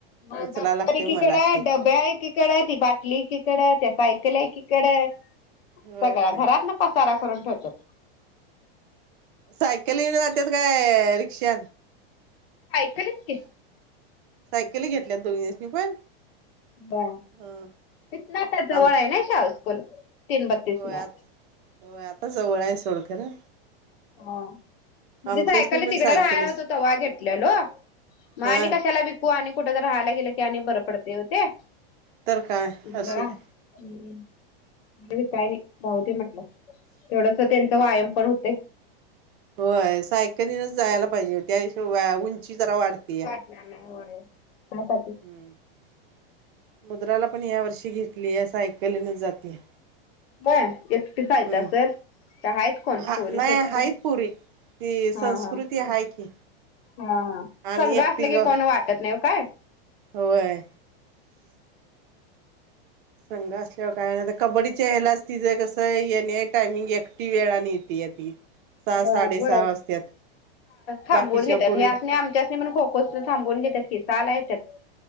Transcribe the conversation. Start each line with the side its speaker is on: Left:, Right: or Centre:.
Left: म
Right: उचला
Left: दफ्तरी
Right: लागतय
Left: किकडे
Right: मलाच ते
Left: डब्या आहे किक कडे आहे ती बाटली तिकडे त्या सायकल एकीकडे आहे
Right: होय
Left: सगळ्या
Right: होय
Left: घरात न पसारा करून ठेवतात.
Right: सायकल ही जात्यात काय रिक्षा?
Left: सायकलच की.
Right: सायकल घेतल्यात दोघीस ने पण?
Left: होय
Right: ह
Left: इथनं तर जवळ
Right: आमच
Left: आहे नाय शाळा स्कूल तीन बत्तीसनं.
Right: होय आता होय आता जवळ आहे सोडखरा.
Left: हा. म
Right: आमच्यासनी
Left: ते सायकल
Right: पण
Left: तिकडं
Right: सायकलीच
Left: राहायला होतो तेव्हा घेतलेलो मग
Right: हा
Left: आणि कशाला वि कू आणि कुठं तर राहायला गेलं की आणि बरं पडते हो ते.
Right: तर काय असू
Left: जरा
Right: दे.
Left: हम्म बघू काय नाय जाऊ दे म्हटलं. तेवढच त्यांचा व्यायाम पण होते.
Right: होय सायकलीनच जायला पाहिजे त्याशी वाय उंची जरा वाढतेय.
Left: <unintelligible>
Right: हम्म मुद्राला पण या वर्षी घेतली सायकलीने जाते.
Left: होय एकटीच जायचं
Right: हम्म.
Left: असत्यात काय आहेत कोण
Right: हा
Left: पोरी
Right: नाही
Left: सोपतीले
Right: आहेत पोरी ती संस्कृती
Left: हा हा.
Right: आहे की
Left: हां हां,
Right: आणि
Left: संग
Right: एकटी
Left: असलं
Right: ग
Left: की कोण वाटत नाही ओ काय.
Right: होय. संघ असल्यावर काय ना, आता कबड्डीच्या हलाच तिचं कसं येणे टायमिंग एकटी येळानं येत्या ती. सहा साडेसहा
Left: हां होय,
Right: वाजत्यात
Left: थांबवून
Right: बाकीच्या
Left: घेत्यात,
Right: पोरी
Left: ह्यासनी आम च्यास्नी पण खो-खो थांबवून घेत्यात की, साला येत्यात.